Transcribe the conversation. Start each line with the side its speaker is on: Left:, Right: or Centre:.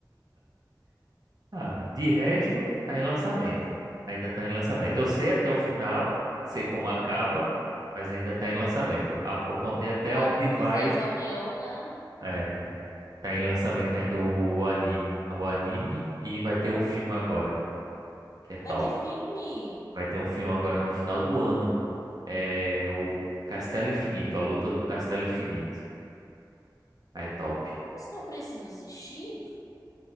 Right: ah, de resto, tá em lançamento. Ainda tá em lançamento. Eu sei até o final, sei como acaba, mas ainda tá em lançamento. Ah, Eu contei até
Left: Sabe
Right: onde
Left: que
Right: vai.
Left: você já leu, né?
Right: É, tá em lançamento ainda o anime, o anime e vai ter um filme agora. que é
Left: Vai
Right: top.
Left: ter filme.
Right: Vai ter um filme agora no final do ano. É o Castelo Infinito, a luta do Castelo Infinito. É top.
Left: Nossa, eu preciso assistir?